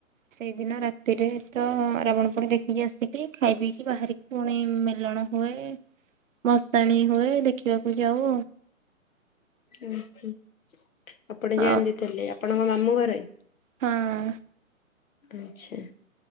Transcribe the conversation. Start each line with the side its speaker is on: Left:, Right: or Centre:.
Right: ସେଇଦିନ ରାତିରେ ତ ରାବଣ ପଣି ଦେଖିକି ଆସିକି ଖାଇ ପିଇକିି ବାହାରିବୁ। ପୁଣି ମେଲଣ ହୁଏ, ଭଶାଣି ହୁଏ ଦେଖିବାକୁ ଯାଉ।
Left: ଓହୋ, ଆପଣ ଯାଆନ୍ତି
Right: ଆଉ। ଅ
Left: ତାହାଲେ ଆପଣଙ୍କ ମାମୁଁ ଘରେ?
Right: ହଁ।
Left: ଆଚ୍ଛା।